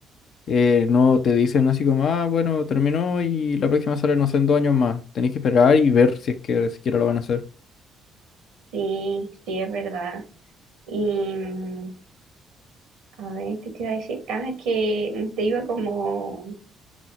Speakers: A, on the left (about 60°); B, on the right (about 70°).
A: eh, no te dicen así como, ah, bueno, terminó y la próxima sale, no sé, en dos años más. Tenéis que esperar y ver si es que siquiera lo van a hacer.
B: Sí, sí, es verdad. Y mm, a ver, ¿qué te iba a decir? Ah, que te iba como